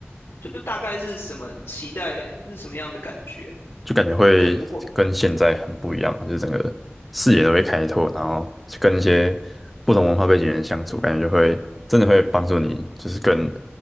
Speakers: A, on the left; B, in the centre.
A: 就是大概是什么期待是什么样的感觉，
B: 就感觉会跟现在很不一样啊就是整个视野都会开拓，
A: 就不会
B: 然后跟一些不同文化背景的人相处，感觉就会真的会帮助你，就是更